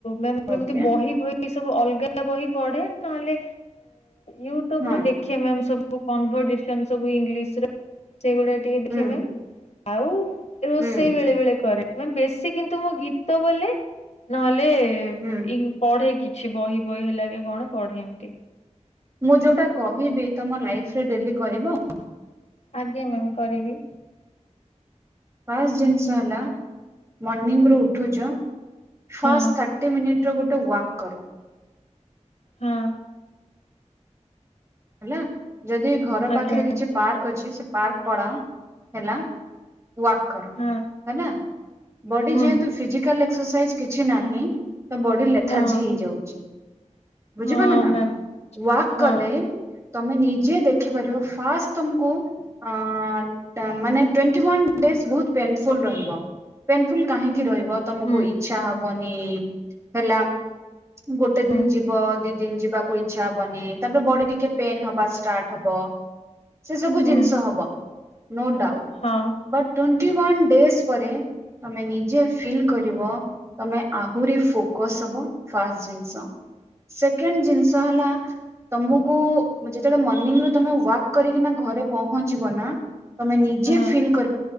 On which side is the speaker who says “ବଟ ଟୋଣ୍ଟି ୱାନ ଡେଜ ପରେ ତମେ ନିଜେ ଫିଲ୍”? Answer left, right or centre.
Right